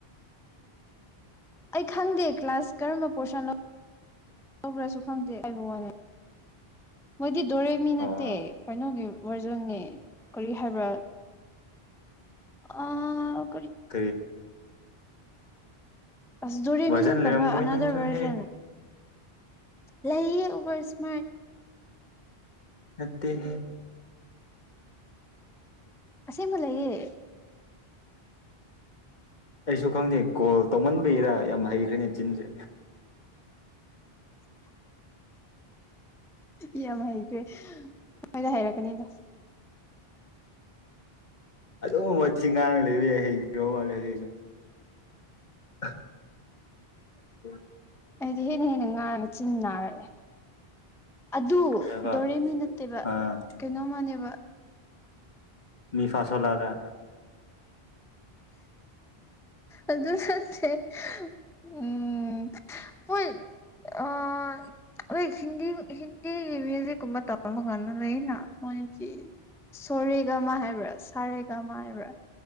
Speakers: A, in the centre; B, on the left.
A: ꯑꯩ ꯈꯪꯗꯦ ꯀ꯭ꯂꯥꯁ ꯀꯔꯝꯕ ꯄꯣꯔꯁꯟ ꯂꯧꯈ꯭ꯔꯁꯨ ꯈꯪꯗꯦ ꯋꯥꯅꯤ ꯃꯣꯏꯗꯤ ꯗꯣꯔꯦꯃꯤ ꯅꯠꯇꯦ
B: ꯑꯣ
A: ꯀꯩꯅꯣꯒꯤ ꯚꯔꯖꯟꯅꯤ ꯀꯔꯤ ꯍꯥꯏꯕ꯭ꯔꯥ ꯑ
B: <unintelligible>
A: ꯑꯁ ꯗꯣꯔꯦꯃꯤ
B: ꯚꯔꯖꯟ
A: ꯅꯠꯇꯕ
B: ꯂꯩꯔꯝꯃꯣꯏ
A: ꯑꯅꯥꯗꯔ
B: ꯅꯪꯁꯨꯍꯦ
A: ꯚꯔꯖꯟ ꯂꯩꯌꯦ ꯑꯣꯚꯔ ꯏꯁꯃꯥꯔꯠ
B: <unintelligible> <unintelligible>
A: ꯑꯁꯦꯡꯕ ꯂꯩꯌꯦ
B: ꯑꯩꯁꯨ ꯈꯪꯗꯦ ꯀꯣꯜ ꯇꯧꯃꯟꯕꯩꯔꯥ ꯌꯥꯝ ꯍꯩꯈ꯭ꯔꯦꯅꯦ ꯆꯤꯟꯁꯦ
A: ꯌꯥꯝ ꯍꯩꯈ꯭ꯔꯦ ꯃꯣꯏꯗ <unintelligible> ꯍꯩꯔꯛꯀꯅꯤꯗ
B: ꯑꯗꯨꯝ ꯋꯥꯊꯤ ꯉꯥꯡ ꯂꯩꯔꯦ <unintelligible> ꯌꯥꯏ ꯍꯩꯈ꯭ꯔꯥꯃꯥꯜꯂꯦ ꯍꯧꯖꯤꯛꯁꯨ <unintelligible> ꯎꯝ <unintelligible>
A: ꯑꯩꯗꯤ ꯍꯦꯟꯅ ꯍ‌ꯦꯟꯅ ꯉꯥꯡ ꯆꯤꯟ ꯅꯥꯔꯛꯑ‌ꯦ ꯑꯗꯨ
B: ꯀꯩ ꯍꯥꯏꯕ
A: ꯗꯣꯔꯦꯃꯤ ꯅꯠꯇꯦꯕ
B: ꯑꯥ
A: ꯀꯩꯅꯣꯝꯃꯥꯟꯅꯦꯕ
B: ꯃꯤ ꯐꯥꯁꯣ ꯂꯥꯂꯥ
A: ꯑꯗꯨ ꯅꯠꯇ‌ꯦ ꯎꯝ <unintelligible> ꯑꯥ <unintelligible> ꯑꯣꯏ ꯍꯤꯟ ꯍꯤꯟꯗꯤ ꯃ꯭ꯌꯨꯖꯤꯛꯀꯨꯝꯕ ꯇꯝꯕꯀꯥꯟ ꯂꯩꯅ ꯃꯣꯏꯖꯤ <unintelligible> ꯁꯣꯔꯦꯒꯝꯃ ꯍꯥꯏꯕ꯭ꯔꯥ ꯁꯥꯔꯦꯒꯥꯝꯃ ꯍꯥꯏꯕ꯭ꯔꯥ